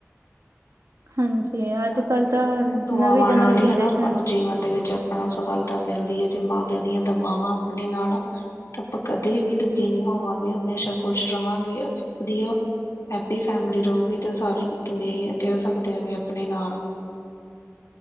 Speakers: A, on the right (about 80°); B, on the left (about 75°).
A: ਹਾਂਜੀ।
B: ਹਨਾ
A: ਅੱਜ
B: ਆਪਾਂ
A: ਕੱਲ
B: ਕਹਿ
A: ਤਾਂ
B: ਸੀ
A: ਨਵੀਂ
B: ਨਾ ਦੁਆਵਾਂ
A: ਤੋਂ
B: ਨਾਲ
A: ਨਵੀਂ
B: ਹੀ
A: ਜਨਰੇਸ਼ਨ
B: ਹਨਾ ਆਪਾਂ ਨੂੰ ਜੀਵਨ ਦੇ ਵਿੱਚ ਉਹਨਾਂ ਨੂੰ ਸਫਲਤਾ ਮਿਲਦੀ ਹੈ। ਜੇ ਮਾਂ ਪਿਓ ਦੀਆਂ ਦਵਾਵਾਂ ਆਪਣੇ ਨਾਲ ਹਾ ਤਾਂ ਆਪਾਂ ਕਦੇ ਵੀ ਦੁਖੀ ਨਹੀਂ ਹੋਵਾਂਗੇ ਹਮੇਸ਼ਾ ਖੁਸ਼ ਰਵਾਂਗੇ ਵਧੀਆ। ਹੈਪੀ ਫੈਮਿਲੀ ਰਹੂਗੀ। ਤਾਂ ਸਾਰੀ ਦੁਨੀਆਂ ਕਹਿ ਸਕਦੇ ਆ ਵੀ ਆਪਣੇ ਨਾਲ।